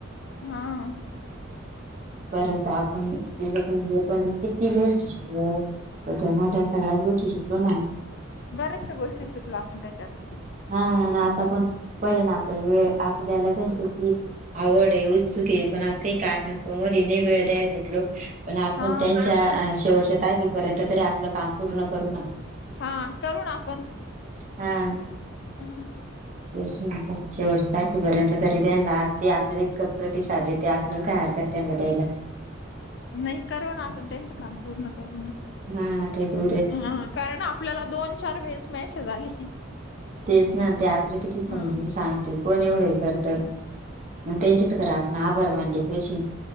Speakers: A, on the left (about 55°); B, on the right (about 35°).
A: हां.
B: परत आपण हेच्यावर पण किती गोष्टी शिकलो. तर त्यामुळे त्या सगळ्याच गोष्टी शिकलो नाही.
A: बऱ्याचशा गोष्टी शिकलो आपण त्याच्यात.
B: हां आणि आता पण <unintelligible> ना आपल्याला वेळ आपल्याला त्यांच्याशी आवड आहे उत्सुक आहे पण आज काही कारणास्तव मधे नाही वेळ द्यायला भेटलो. पण आपण
A: हा
B: त्यांच्या शेवटच्या तारखेपर्यंत तरी आपलं काम पूर्ण करू ना.
A: हां करू ना आपण.
B: हां.
A: <inaudible>
B: तेच म्हटलं शेवटच्या तारखेपर्यंत तरी त्यांना ते आपल्याला इतक प्रतिसाद देत्या. आपल्याला काय हरकत त्यांना द्यायला.
A: नाही करू ना आपण त्यांचं काम पूर्ण करू ना.
B: हां ते दो
A: हां कारण आपल्याला दोन चार वेळेस मॅसेज आले.
B: तेच ना ते आपल्याला किती
A: हा
B: समजून सांगते कोण एवढं हे करत. त्यांचेत खरं आपण आभार मानले पाहिजे.